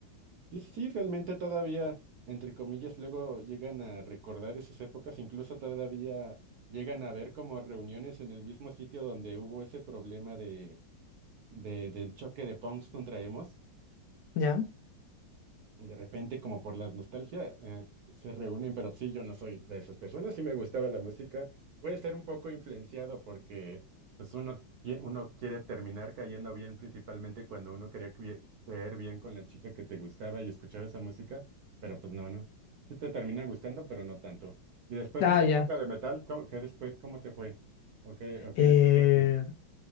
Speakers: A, on the right; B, on the left.
A: Y sí, sí, realmente todavía, entre comillas, luego llegan a recordar esas épocas, incluso todavía llegan a ver como reuniones en el mismo sitio donde hubo ese problema de, de- del choque de punks contra emos.
B: Ya.
A: Y de repente, como por la nostalgia, eh, se reúnen, pero sí, yo no soy de esas personas, sí me gustaba la música. Puede ser un poco influenciado porque pues uno, qui- uno quiere terminar cayendo bien, principalmente cuando uno quería cui- caer bien con la chica que te gustaba y escuchaba esa música, pero pues no, no. Sí te termina gustando, pero no tanto. Y después
B: Ah,
A: de esa
B: ya.
A: época de metal, ¿cómo, qué después, cómo te fue? ¿O qué, o qué
B: Eh,
A: escuchaste?